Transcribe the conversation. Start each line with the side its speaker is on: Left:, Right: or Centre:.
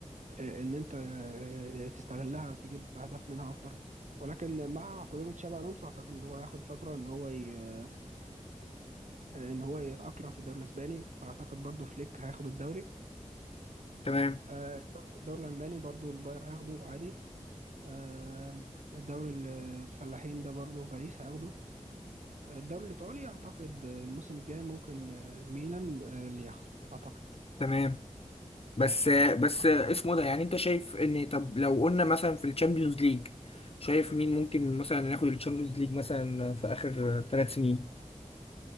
Right: آه، ان انت آه، تستغلها تجيب اهداف منها اكتر ولكن مع قدوم تشابي الونسو اعتقد ان هو هياخد فتره ان هو ي... ان هو يتاقلم في الدوري الاسباني فاعتقد برضو فليك هياخد الدوري
Left: تمام
Right: آه، الدوري الالماني برضو الباير هياخده عادي آه، الدوري ال- الفلاحين ده برضو باريس هياخده آه، الدوري الايطالي اعتقد الموسم الجاي ممكن آه، ميلان آه، اللي ياخده اعتقد
Left: تمام بس بس اسمه ده يعني انت شايف ان طب لو قلنا مثلا في الشامبيونز ليج شايف مين ممكن مثلا ناخد الشامبيونز ليج مثلا في اخر ثلاث سنين